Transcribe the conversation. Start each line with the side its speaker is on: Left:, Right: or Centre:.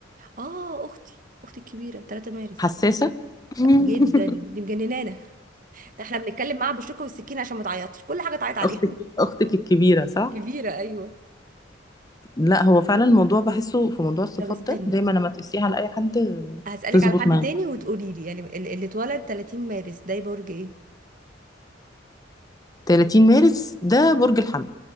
Right: اه اختي اختي الكبيرة 3 مارس
Left: حساسة <laughs>
Right: جدا دي مجننانا ده احنا بنتكلم معاها بالشوكة والسكينة عشان ما تعيطش كل حاجة تعيط عليها
Left: اختك
Right: <laughs>
Left: اختك الكبيره صح
Right: الكبيرة ايوه
Left: لا هو فعلا الموضوع بحسه في موضوع الصفات
Right: طب استني
Left: ده دايما لما تقسيه على اي حد
Right: هسألك
Left: تظبط
Right: على حد
Left: معاه
Right: تاني وتقولي لي يعني ال- اللي اتولد 30 مارس ده برج ايه
Left: 30 مارس ده برج الحمل